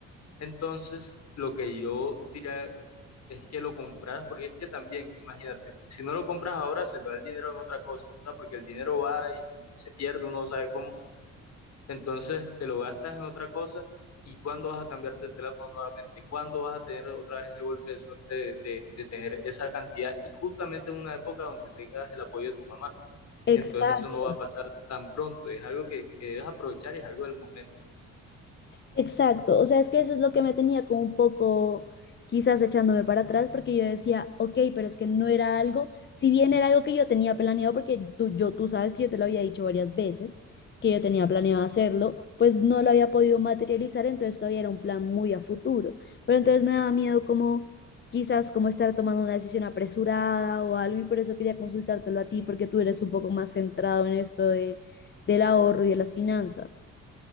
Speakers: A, on the left; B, on the left.
A: Entonces, lo que yo diría es que lo compraras porque es que también, imagínate, si no lo compras ahora se te va el dinero en otra cosa, o sea, porque el dinero va y se pierde, uno no sabe cómo. Entonces te lo gastas en otra cosa y cuándo vas a cambiar de teléfono nuevamente, cuándo vas a tener otra vez ese golpe de suerte de, de- de tener esa cantidad y justamente en una época donde tengas el apoyo de tu mamá.
B: Exacto.
A: Entonces eso no va a pasar tan pronto, es algo que, que debes aprovechar y es algo del momento.
B: Exacto, o sea, es que eso es lo que me tenía como un poco quizás echándome para atrás porque yo decía, ok, pero es que no era algo, si bien era algo que yo tenía planeado, porque tú, yo, tú sabes que yo te lo había dicho varias veces, que yo tenía planeado hacerlo, pues no lo había podido materializar, entonces todavía era un plan muy a futuro, pero entonces me daba miedo como quizás como estar tomando una decisión apresurada o algo y por eso quería consultártelo a ti porque tú eres un poco más centrado en esto de, del ahorro y de las finanzas.